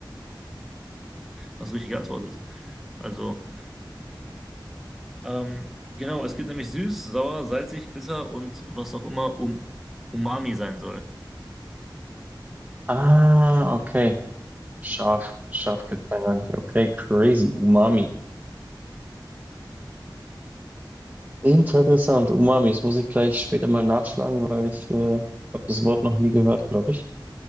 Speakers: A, in the centre; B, on the right (about 20°).
A: hast richtig geantwortet. Also, ähm, genau, es gibt nämlich süß, sauer, salzig, bitter und was auch immer um Umami sein soll.
B: Ah, okay. Scharf, scharf gibt's da gar nicht. Okay, crazy, Umami. Interessant. Umami. Das muss ich gleich später mal nachschlagen, weil ich äh, habe das Wort noch nie gehört, glaube ich.